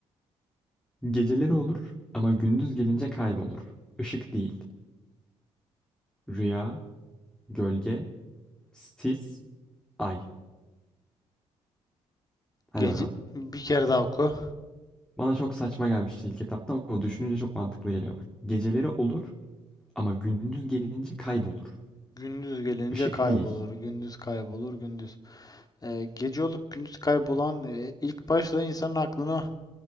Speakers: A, in the centre; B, on the left (about 25°).
A: Geceleri olur ama gündüz gelince kaybolur. Işık değil. Rüya, gölge, sis, ay. Hadi
B: Gece
A: bakalım.
B: bir kere daha oku.
A: Bana çok saçma gelmişti ilk etapta ama düşününce çok mantıklı geliyor bak. Geceleri olur ama gündüz gelince kaybolur.
B: Gündüz gelince
A: Işık
B: kaybolur.
A: değil.
B: Gündüz kaybolur. Gündüz. Ee, gece olup gündüz kaybolan e, ilk başta insanın aklına